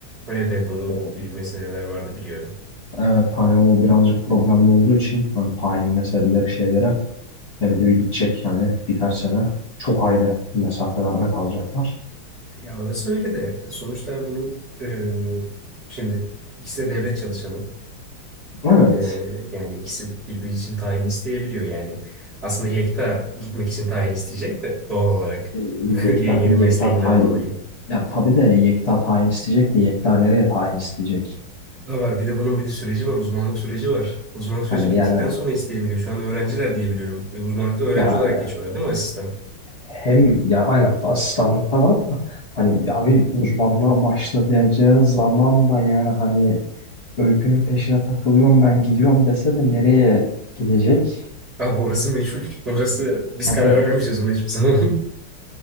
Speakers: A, on the right; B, on the left.
A: Evet evet onun
B: O
A: bir meseleler vardı biliyorum.
B: Evet hani o birazcık problemli olduğu için hani tayin meseleleri şeylere Ya bir de bir gidecek yani birkaç sene çok ayrı mesafelerde kalacaklar.
A: Ya orası öyle de sonuçta bunun e, şimdi ikisi de devlet çalışanı.
B: Evet.
A: E, yani ikisi birbiri için tayin isteyebiliyor yani. Aslında Yekta gitmek için tayin isteyecek de doğal olarak
B: E,
A: <laughs>
B: Yekta,
A: yengenin
B: Yekta
A: mesleğinden
B: tayin
A: dolayı.
B: ya tabii de Yekta tayin isteyecek de Yekta nereye tayin isteyecek?
A: da var. Bir de bunun bir de süreci var. Uzmanlık süreci var. Uzmanlık süreci
B: Hani
A: bittikten
B: yani
A: sonra isteyebiliyor. Şu an öğrenciler diyebiliyorum. E, Uzmanlıkta öğrenci
B: ya
A: olarak geçiyorlar değil mi asistan?
B: hem ya aynen asistanlıkta var da hani ya bir uzmanlığa başlayacağı zaman da yani hani Öykü'nün peşine takılıyorum ben gidiyorum dese de nereye gidecek?
A: Abi orası meçhul. Orası biz
B: Hani
A: karar vermeyeceğiz ona hiçbir zaman. <laughs>